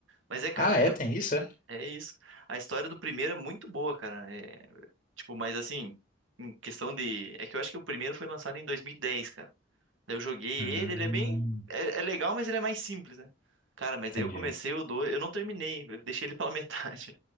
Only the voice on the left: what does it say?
Ah, é?
Tem isso, é?
Hum,
entendi.